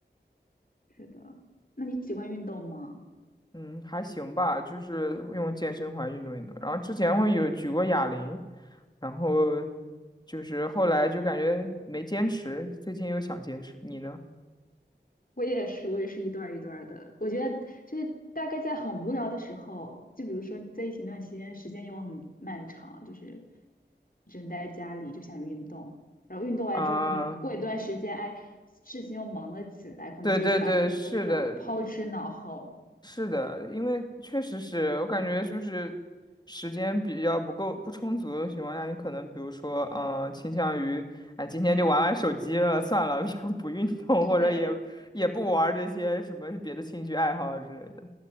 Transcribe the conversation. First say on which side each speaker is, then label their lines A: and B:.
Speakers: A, on the left; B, on the left.
A: 是的，那你喜欢运动吗？
B: <laughs> 嗯，还行吧，就是用健身环运动运动。然后之前会有举过哑铃，然后就是后来就感觉没坚持，最近又想坚持。你呢？
A: 我也是，我也是一段儿一段儿的。我觉得就是大概在很无聊的时候，就比如说在一情那段期间，时间又很漫长，就是只能待在家里，就想运动。然后运动完之后，
B: 啊、
A: 可能过一段时间，哎，事情又忙了起来，可能就把运动这种抛之脑后。
B: 对对对，是的，是的，因为确实是我感觉就是时间比较不够不充足的情况下，你可能比如说，嗯、倾向于，哎，今天就玩玩手机了，<laughs> 算了，就不运动，
A: 是的呀。
B: 或者也也不玩这些什么别的兴趣爱好之类的。